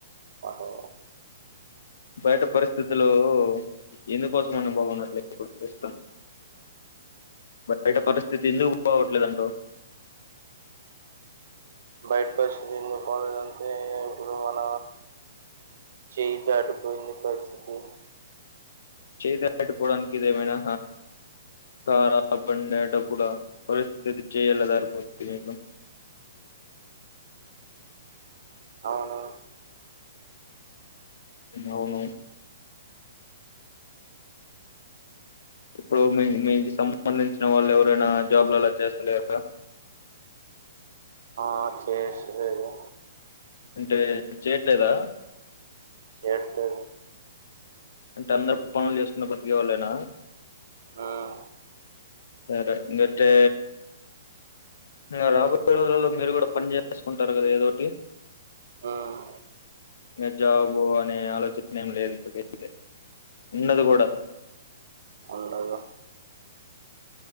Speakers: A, on the right; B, on the left.
A: <unintelligible>
B: బయట పరిస్థితులు ఎందుకోసం అని బాగున్నట్లేదు ఇప్పుడు ఇస్తాం బయట పరిస్థితి ఎందుకు బాగ్ పోవట్లేదంటావ్
A: బయట పరిస్థితి ను పోలేదంటే ఇప్పుడు మన చేయిదాటిపోయింది పరిస్థితి
B: చేయి దాటిపోవడానికి ఇదేమైనా ఖారా బండ డప్పుడా పోలీస్ చేయ్ ఎలా జారిపోతుద్ది నీకు
A: అవును
B: అవును ఇప్పుడు మీ మీకు సంబంధించిన వాళ్ళు ఎవరైనా జాబ్లలా చేస్తలేరుగా
A: ఆ చేష్ రే ఇదే
B: అంటే చెయట్లేదా
A: చేత్తో
B: అంటే అందరు పనులు చేసుకుని బతికే వాళ్ళైనా
A: ఉమ్,
B: సరే మీ ఇటే ఇగ రాబోయే రోజులలో మీరు కూడా పని చేసుకుంటారు కదా ఏదోటి
A: ఉమ్,
B: ఇగ జాబు అనే ఆలోచన ఏం లేదు ఇప్పుడుకైతే ఉండదు కూడా
A: పండగ